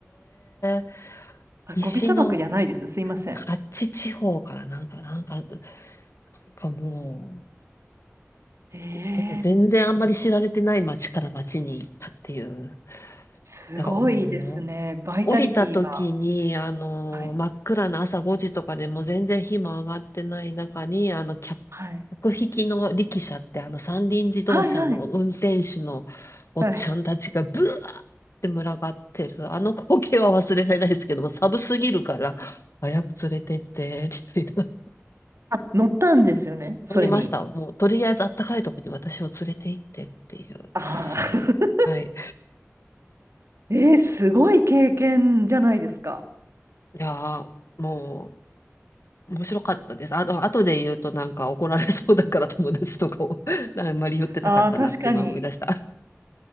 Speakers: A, on the left; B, on the right.
A: え
B: あ、
A: 西の
B: ゴビ砂漠じゃないです。すいません。
A: カッチ地方からなんか、なんか、なんかも
B: ええ
A: う、なんか全然あんまり知られてない町から町に行ったっていう。
B: すごいですね。
A: だからも
B: バイタリティが。
A: う、降りた時に、あの、
B: はい。
A: 真っ暗な朝5時とかでもう全然火も上がってない中に、あの、客、
B: はい。
A: 客引きの力車って、あの、三輪自動車の運転手の
B: はいはい。
A: おっちゃんたちがブワーって群がってる。
B: はい。
A: あの光景は忘れられないですけども、寒すぎるから、早く連れてって、みたいな。
B: 乗ったんですよね、それに。
A: 乗りました。もう、とりあえずあったかいとこに私を連れて行ってっていう。
B: ああ。
A: はい。
B: <laughs> えー、すごい経験じゃないですか。
A: いやー、もう、面白かったです。あと、後で言うとなんか怒られそうだから友達とかを <laughs> あんまり言ってなかったなって今思い出した。
B: ああ、確かに。